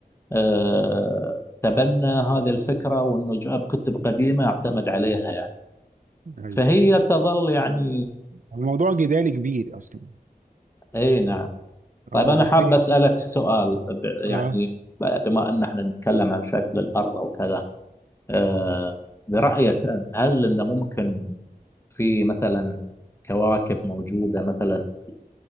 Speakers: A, on the left (about 15°); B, on the right (about 60°).
A: آه، تبنى هذه الفكره وانه جاب كتب قديمه اعتمد عليها يعني
B: ايوه
A: فهي
B: صح.
A: تظل يعني
B: الموضوع جدال كبير اصلا
A: اي نعم طيب
B: اه
A: أنا
B: بس
A: حاب أسألك سؤال ب-
B: اه
A: يعني ب- بما أن احنا نتكلم عن شكل الأرض أو كذا آه، برأيك أنت هل أنه ممكن في مثلا كواكب موجودة مثلا